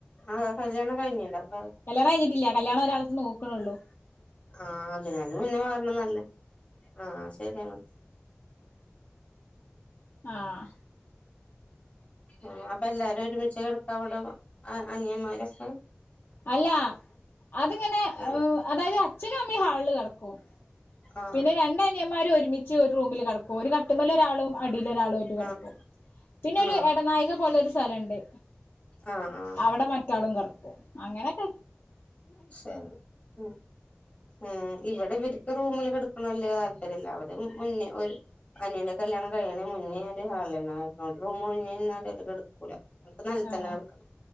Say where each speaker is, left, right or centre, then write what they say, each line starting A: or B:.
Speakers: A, on the left (about 35°); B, on the left (about 55°).
A: ആഹ് കല്യാണം കഴിഞ്ഞല്ലോ
B: കല്യാണം കഴിഞ്ഞിട്ടില്ല കല്യാണം ഒരാൾക്ക് നോക്കണേയുള്ളൂ
A: ആഹ് അതിന് തന്നേ മുന്നേ മാറണം എന്നല്ലേ ആഹ് ശരിയാണ്
B: ആഹ്
A: ആഹ് അപ്പൊ എല്ലാരും ഒരുമിച്ചാ കിടക്കുക അവിടെ അനിയമാരൊക്കെ
B: അല്ല അതിങ്ങനെ
A: ആഹ്
B: അതായത് അച്ഛനും അമ്മയും ഹാളില് കിടക്കും
A: ആഹ്
B: പിന്നെ രണ്ട് അനിയന്മാരും ഒരുമിച്ച് ഒരു റൂമില് കിടക്കും ഒരു കട്ടിൽമേൽ ഒരാളും അടിയിലും ഒരാളും ആയിട്ട് കിടക്കും
A: ആഹ്
B: പിന്നെ
A: ആഹ്
B: ഒരു എടനാഴിക പോലെ ഒരു സ്ഥലവുണ്ട്
A: ആഹ് ആഹ്
B: അവിടെ മറ്റേയാളും കിടക്കും അങ്ങനെ
A: ശരി ഉം ഇവിടെ ഇവർക്ക് റൂമില് കിട ക്കണ വല്ല്യ താല്പര്യമില്ല അവര് മുന്നേ ഒരു അനിയന്റെ കല്യാണം കഴിയണേ മുന്നേ ഒരു ഹാളില് തന്നേ കിടക്കും ഒരു റൂമ് ഒഴിഞ്ഞ് കിടന്നാൽ അവര് കിടക്കൂല അവർക്ക് നിലത്ത്
B: ആഹ്
A: തന്നെ കിടക്കണം